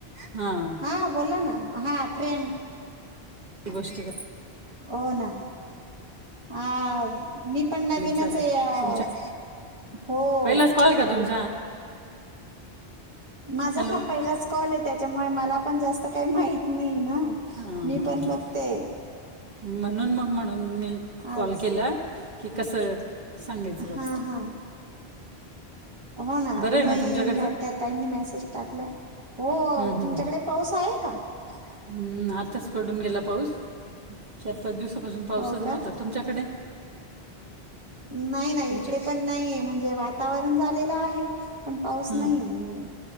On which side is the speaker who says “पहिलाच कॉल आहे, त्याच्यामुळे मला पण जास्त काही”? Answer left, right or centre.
Right